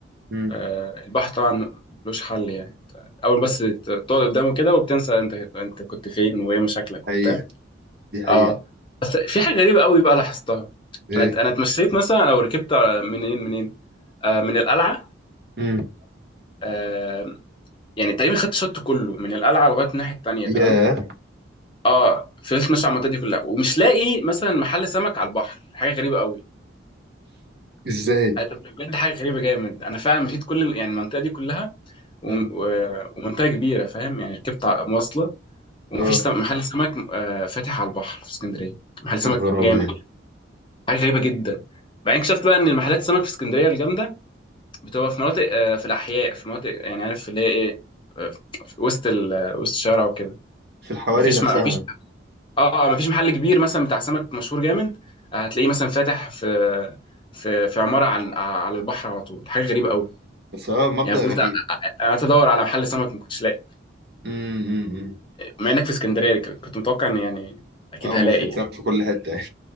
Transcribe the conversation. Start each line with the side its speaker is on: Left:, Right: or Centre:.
Right: امم
Left: آه، البحر طبعا ملوش حل يعني اول بس ت- تقعد قدامه كده وبتنسى انت انت كنت فين وايه مشاكلك
Right: حقيقة
Left: وبتاع
Right: دي حقيقة
Left: اه بس في حاجه غريبه قوي بقى لاحظتها
Right: ايه
Left: انا انا اتمشيت مثلا لو ركبت على- منين منين آه من القلعه
Right: امم
Left: آه يعني تقريبا خدت الشط كله من القلعه لغايه الناحيه التانيه
Right: ياه
Left: تمام اه فضلت ماشي على المنطقه دي كلها ومش لاقي مثلا محل سمك على البحر حاجه غريبه قوي
Right: <laughs> ازاي؟
Left: آه، طب بجد <laughs> حاجه غريبه جامد انا فعلا مشيت كل ال- يعني المنطقه دي كلها و...
Right: امم
Left: و... ومنطقه كبيره فاهم يعني ركبت ع- مواصله ومفيش
Right: اه
Left: سم... محل سمك آه فاتح على البحر في اسكندريه محل سمك
Right: إيه الغرابة
Left: جامد
Right: دي
Left: حاجه غريبه جدا بعدين اكتشفت بقى ان المحلات السمك في اسكندريه الجامده بتبقى في مناطق آه، في الاحياء في مناطق يعني عارف اللي هي ايه آه، في وسط ال... آه، وسط الشارع وكده
Right: في الحواري
Left: مفيش
Right: نفسها
Left: ما مفيش اه آه، مفيش محل كبير مثلا بتاع سمك مشهور جامد آه، هتلاقيه مثلا فاتح في في في عماره على على البحر على طول حاجه غريبه قوي
Right: بس هو مبدأ
Left: يعني فضلت
Right: غريب
Left: قعدت ادور على محل سمك ما كنتش لاقي
Right: امم أمم.
Left: مع انك في اسكندريه ك- كنت متوقع ان يعني اكيد
Right: اه مفروض
Left: هلاقي يعني
Right: تعمل في كل حتة يعني